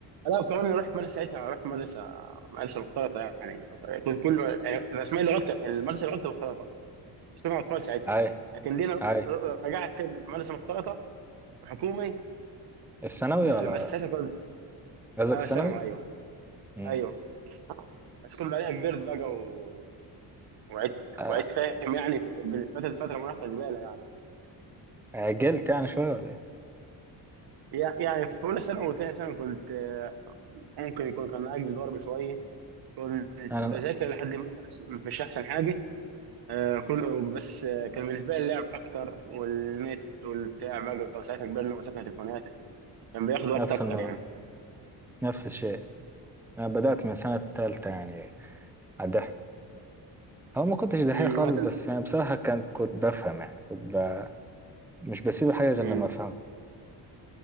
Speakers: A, on the right (about 65°); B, in the centre.
A: لا كمان رحت مدرسة ساعتها رحت مدرسة مدرسة مختلطة يعني كنت كله يعني رسميا اللغات كانت- المدرسة اللغات كانت مختلطة بس كنا أطفال ساعتها
B: أي
A: لكن دينا رحت-
B: أي
A: رجعت كده مدرسة مختلطة حكومي
B: في ثانوي
A: آه،
B: ولا
A: بس ساعتها كنت
B: قصدك
A: آه
B: في
A: ثانوي
B: ثانوي؟
A: أيوه
B: مم.
A: أيوه بس كنت بعدها كبرت بقى و... وعدت
B: آه،
A: وعدت فاهم يعني فكانت فترة فترة مراهقة زبالة يعني.
B: عجلت يعني شوية ولا إيه؟
A: يع- يعني في اولى ثانوي وثانيه ثانوي كنت آه، ممكن يكون كان اجلي ضرب شويه كنت
B: أنا
A: بذاكر لحد ما بس مش احسن حاجه آه، كل بس آه، كان بالنسبه لي اللعب اكتر والنت والبتاع بقى وساعتها كبرنا ومسكنا تليفونات كان بياخد وقت
B: نفس
A: اكتر
B: الموضوع
A: يعني
B: نفس الشيء أنا بدأت من سنة تالتة يعني أدح هو ما كنتش دحيح
A: امم
B: خالص
A: انا تلت
B: بس يعني بصراحة كنت كنت بفهم يعني كنت ب... مش بسيب حاجة غير
A: امم
B: لما أفهم